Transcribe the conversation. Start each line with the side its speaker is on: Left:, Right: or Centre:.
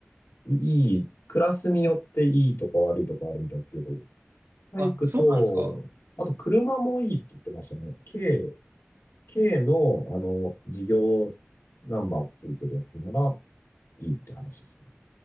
Left: いい、クラスによっていいとか悪いとかあるみたいですけど、バイクと、
Right: あ、そうなんですか。
Left: あと車もいいって言ってましたね。K、K の、あの、事業ナンバーついてるやつならいいって話ですね。